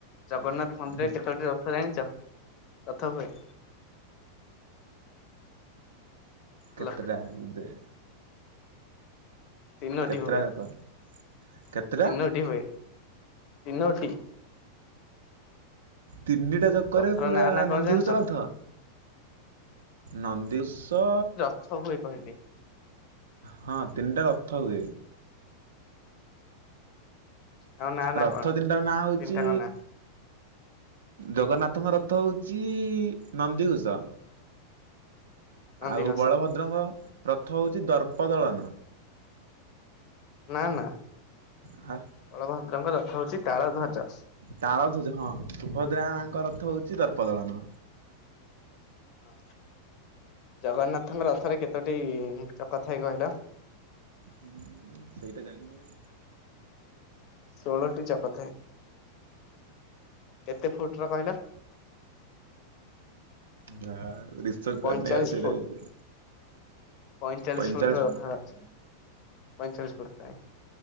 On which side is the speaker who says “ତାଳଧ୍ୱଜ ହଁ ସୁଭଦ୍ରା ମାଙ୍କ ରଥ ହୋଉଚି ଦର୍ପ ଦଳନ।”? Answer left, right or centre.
Right